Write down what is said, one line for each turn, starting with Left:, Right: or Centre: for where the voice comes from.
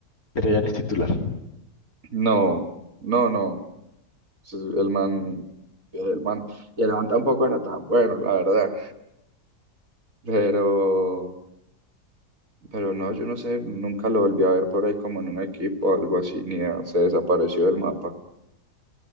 Left: Pero ya no es titular.
Right: No, no, no, sí, el man, el man, y el man tampoco era tan bueno, la verdad, pero, pero no, yo no sé, nunca lo volví a ver por ahí como en un equipo o algo así, ni a- se desapareció del mapa,